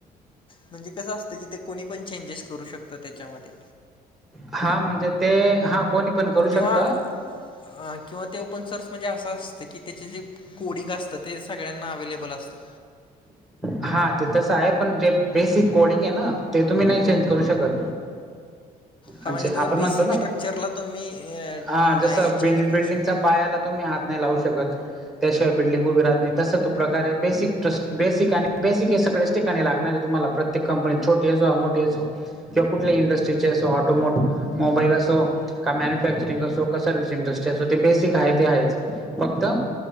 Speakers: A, on the left; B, in the centre.
A: म्हणजे कसं असतं की ते, कोणी पण चेंजेस करू शकतं त्याच्यामध्ये.
B: हा म्हणजे ते हा कोणी. पण करू
A: किंवा
B: शकत
A: किंवा ते ओपन सोर्स म्हणजे असं असतं की त्याचे जे कोडिंग असतं ते सगळ्यांना अवे्लेबल असतं.
B: हा ते तसं आहे पण जे बेसिक कोडिंग आहे ना ते तुम्ही नाही चेंज करू शकत.
A: हा
B: अच्छा
A: म्हणजे त्याचा
B: आपण
A: बेसिक
B: म्हणतो ना
A: स्ट्रक्चरला तुम्ही अ,
B: हा जस
A: नाही चेंज
B: बि-
A: करू
B: बिल्डिंगचा.
A: शकत.
B: पायाला तुम्ही हात नाही लावू शकत त्याशिवाय बिल्डिंग उभी राहत नाही. तस तो प्रकार ये बेसिक ट्रस्ट बेसिक आणि. बेसिक हे सगळेच ठिकाणी लागणार आहे. तुम्हाला प्रत्येक कंपनीत छोटी असो मोठी असो. किंवा कुठली इंडस्ट्रीचे असो, ऑटोमोट मोबाईल असो. का मॅन्युफॅक्चरिंग असो का सर्व्हस इंडस्ट्री असो. ते बेसिक आहे ते आहेच फक्तं.